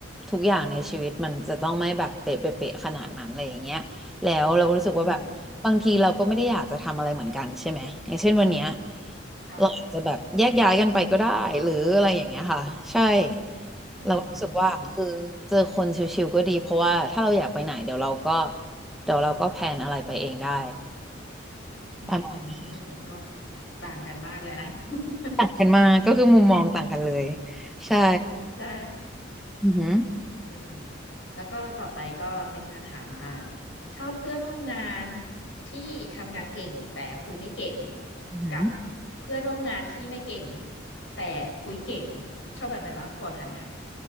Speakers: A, in the centre; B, on the left.
A: ทุกอย่างในชีวิตมันจะต้องไม่แบบเป๊ะเป๊ะเป๊ะขนาดนั้นอะไรอย่างเงี้ยแล้วเราก็รู้สึกว่าแบบบางทีเราก็ไม่ได้อยากจะทำอะไรเหมือนกันใช่ไหมอย่างเช่นวันเนี้ย
B: อืมค่ะ
A: เราอาจจะแบบแยกย้ายกันไปก็ได้หรืออะไรอย่างเงี้ยค่ะใช่
B: อืมอืม
A: เราก็รู้สึกว่าคือเจอคนชิวๆก็ดีเพราะว่าถ้าเราอยากไปไหนเดี๋ยวเราก็เดี๋ยวเราก็แพลนอะไรไปเองได้
B: อืม
A: ประมาณนี้
B: ก็ต่างกันมากเลยนะ <laughs>
A: ต่างกันมากก็คือมุมมองต่างกันเลยใช่
B: ใช่
A: อือหือ
B: อืมแล้วก็ต่อไปก็เป็นการถามอ่าชอบเพื่อนร่วมงานที่ทำงานเก่งแต่คุยไม่เก่ง
A: อือหือ
B: กับเพื่อนร่วมงานที่ไม่เก่งแต่คุยเก่งชอบแบบไหนมากกว่ากันคะ